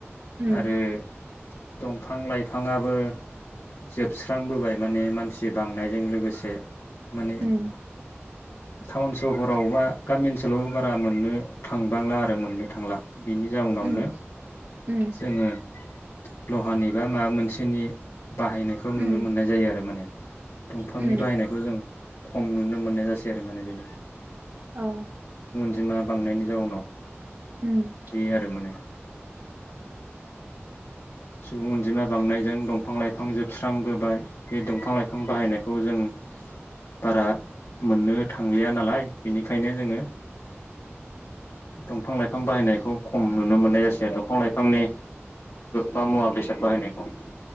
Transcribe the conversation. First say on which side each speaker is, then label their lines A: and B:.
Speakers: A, on the right (about 45°); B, on the left (about 85°).
A: उम
B: आरो दंफां लाइफाङाबो जोबस्रांबोबाय माने मानसि बांनायजों लोगोसे माने
A: उम
B: टाउन सहरावबा गामि ओनसोलावबो बारा मोननो थांबांला आरो मोननो थांला बिनि जाउनावनो
A: उम उम
B: जोङो लहानि बा माबा मोनसेनि बाहायनायखौ नुनो
A: उम
B: मोननाय जायो आरो माने दंफांनि
A: औ
B: बाहायनायखौ जों खम नुनो मोननाय जासै आरो माने बेनो
A: औ
B: जिमा बांनायनि जाउनाव
A: औ
B: बे आरो माने सुबुं अनजिमा बांनायजों दंफां-लाइफां जोबस्रांबोबाय बे दंफां-लाइफां बाहायनायखौ जों बारा मोननो थांलिया नालाय बिनिखायनो जोङो दंफां-लाइफां बिफां बाहायनायखौ खम नुनो मोननाय जासै दंफां-लाइफांनि बा मुवा बेसाद बाहायनाय औ